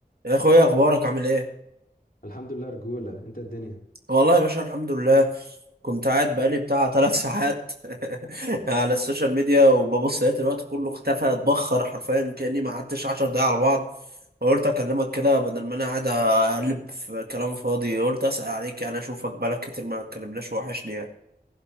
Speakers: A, on the right; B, on the left.
A: يا اخويا اخبارك عامل ايه
B: الحمد لله رجولة انت الدنيا
A: والله يا باشا الحمد لله كنت قاعد بقالي بتاع ثلاث ساعات <laughs> على السوشيال ميديا وببص لقيت الوقت كله اختفى اتبخر حرفيا كاني ما قعدتش 10 دقايق على بعض فقلت اكلمك كده بدل ما انا قاعد اقلب في كلام فاضي قلت اسال عليك يعني اشوفك بقالك كتير ما اتكلمناش وحشني يعني